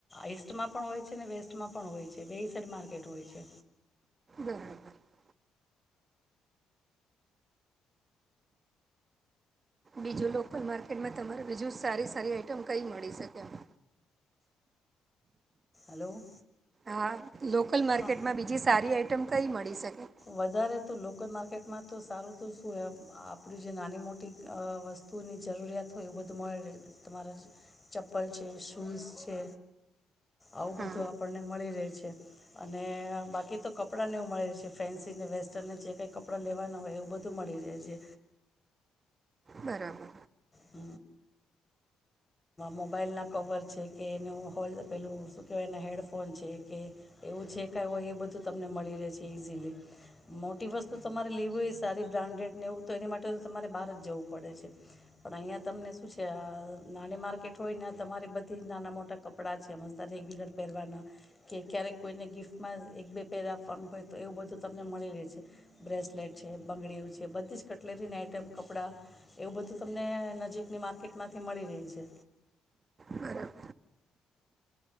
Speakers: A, on the left; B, on the right.
A: ઈસ્ટમાં પણ હોય છે. ને વેસ્ટમાં પણ હોય છે. બે સાઈડ માર્કેટ હોય છે.
B: બરાબર બીજું લોકલ માર્કેટમાં તમારે બીજું સારી સારી આઇટમ કઈ મળી શકે એમ.
A: હલો.
B: હા લોકલ માર્કેટમાં
A: હા
B: બીજી સારી આઈટમ કઈ મળી શકે.
A: વધારે તો લોકલ માર્કેટમાં તો સારું તો શું આપ આપડી જે નાની મોટી અ વસ્તુની જરૂરિયાત હોય એવું બધું મળે રહે છે. તમારા ચપ્પલ છે, શૂઝ છે આવું બધું
B: હા
A: તો આપણને મળી રહે છે. અને બાકી તો કપડાંને એવું મળે છે. ફેન્સીને વેસ્ટર્નને જે કંઈ કપડાં લેવાના હોય એવું બધું મળી રહે છે.
B: બરાબર.
A: હ મોબાઈલના કવર છે કે એનું હોલ પેલું શું કહેવાય એને હેડફોન છે. કે એવું છે, કાંઈ હોય એ બધું તમને મળી રહે છે ઇઝીલી. મોટી વસ્તુ તમારે લેવી હોય સારી બ્રાન્ડેડને એવું તો એની માટે તો તમારે બહાર જ જવું પડે છે. અહીંયા તમને શું છે. આ નાની માર્કેટ હોય ને તમારી બધી નાના મોટા કપડાં છે મસ્ત રેગ્યુલર પહેરવાનાં કે ક્યારેક કોઈને ગિફ્ટમાં એક બે પહેરા ફમ હોય તો એવું બધું તમને મળી રહે છે. બ્રેસલેટ છે, બંગડીઓ છે. બધી જ કટલેરીને આઇટમ કપડાં એવું બધું તો તમને નજીકની માર્કેટમાંથી મળી રહી છે.
B: બરાબર